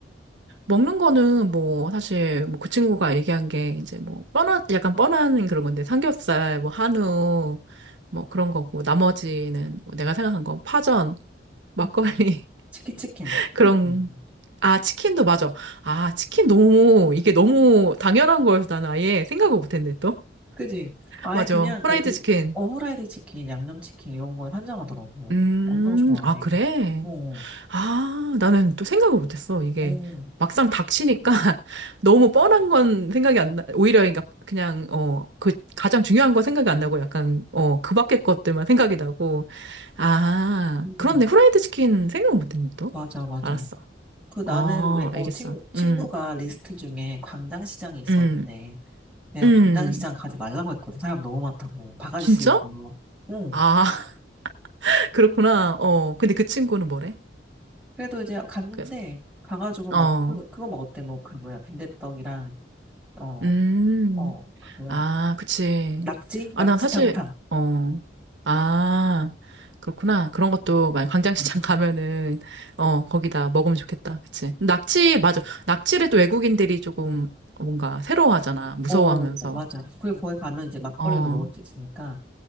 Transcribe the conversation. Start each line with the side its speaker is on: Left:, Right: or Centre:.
Right: 먹는 거는 뭐 사실 뭐 그 친구가 얘기한 게 이제 뭐 뻔한, 약간 뻔한 그런 건데 삼겹살, 뭐 한우, 뭐 그런 거고 나머지는 뭐 내가 생각한 건 파전, 막걸리
Centre: 맞아. 치킨 치킨.
Right: 그럼,
Centre: 음.
Right: 아, 치킨도 맞아. 아, 치킨 너무, 이게 너무 당연한 거여서 나는 아예 생각을 못했네, 또.
Centre: 그지? 아예
Right: 맞아.
Centre: 그냥
Right: 프라이드
Centre: 그 비,
Right: 치킨.
Centre: 어, 후라이드 치킨, 양념 치킨 이런 거에 환장하더라고.
Right: 음,
Centre: 엄청 좋아해.
Right: 아, 그래?
Centre: 어,
Right: 아, 나는 또 생각을 못했어. 이게
Centre: 어,
Right: 막상 닥치니까 <laughs> 너무 뻔한 건 생각이 안 나, 오히려 그러니까 그냥, 어, 그 가장 중요한 건 생각이 안 나고 약간, 어, 그 밖의 것들만 생각이 나고. 아,
Centre: 음.
Right: 그렇네. 후라이드 치킨 생각 못했네, 또.
Centre: 맞아, 맞아.
Right: 알았어.
Centre: 그 나는
Right: 어,
Centre: 왜, 어,
Right: 알겠어.
Centre: 친, 친구가
Right: 음,
Centre: 리스트 중에 광장시장이 있었는데,
Right: 음.
Centre: 내가
Right: 음,
Centre: 광장시장 가지 말라고 했거든. 사람 너무 많다고. 바가지
Right: 진짜?
Centre: 씌우고. 응.
Right: 아, <laughs> 그렇구나. 어, 근데 그 친구는 뭐래?
Centre: 그래도 이제 갔는데,
Right: 그래서,
Centre: 가가지고
Right: 어,
Centre: 막, 그, 그거 먹었대. 뭐, 그 뭐야. 빈대떡이랑, 어,
Right: 음,
Centre: 어, 그 뭐야.
Right: 아, 그치.
Centre: 낙지? 낙지탕탕.
Right: 아, 난 사실, 어, 아, 그렇구나. 그런 것도, 만 광장시장 <laughs> 가면은, 어, 거기다 먹으면 좋겠다. 그치. 낙지, 맞아. 낙지를 또 외국인들이 조금 뭔가 새로워하잖아. 무서워하면서.
Centre: 오, 맞아. 그리고 거기 가면 이제 막걸리도
Right: 어,
Centre: 먹을 수 있으니까